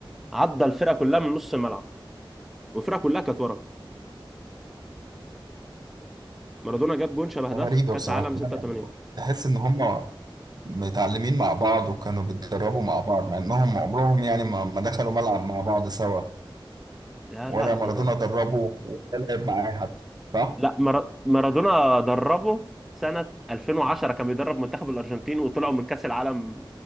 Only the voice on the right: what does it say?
غريبه
بصراحه
لا،
لا، تحس ان هم متعلمين مع بعض وكانوا بيتدربوا مع بعض مع انهم عمرهم يعني ما ما دخلوا ملعب مع بعض سوا
ولا
مارادونا
دربه ولا لعب معاه حتى صح؟